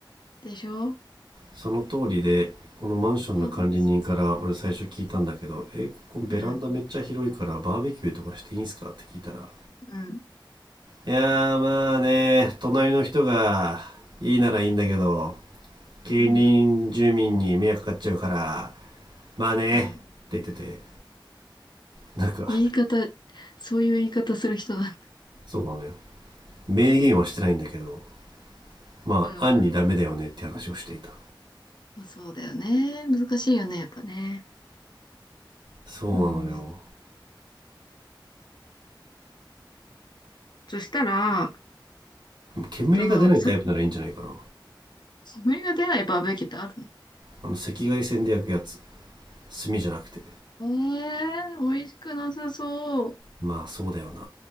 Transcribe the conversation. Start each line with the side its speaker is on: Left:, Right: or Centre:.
Left: でしょ
Right: その通りで、このマンションの管理人から俺最初聞いたんだけど、
Left: そうなんです
Right: え、ここベランダめっちゃ広いからバーベキューとかしていいんすかって聞いたら、
Left: よ。うん、うん、
Right: いやーまあね、隣の人がいいならいいんだけど、近隣住民に迷惑かかっちゃうから、
Left: うん、
Right: まあね、
Left: うん。
Right: って言ってて、なんか、
Left: 言い方、そういう言い方する人だ。
Right: そうなのよ。明言はしてないんだけど、まあ、
Left: うん。
Right: 案にダメだよねって話をしていた。
Left: まあ、そうだよね。難しいよね、やっぱね。
Right: そうなのよ。
Left: うん。そしたら、
Right: 煙が出ないタイプならいいんじゃないかな。
Left: その、さ、煙が出ないバーベキューってあるの
Right: あの赤外線で焼くやつ。炭じゃなくて。
Left: ええー、美味しくなさそう。
Right: まあそうだよな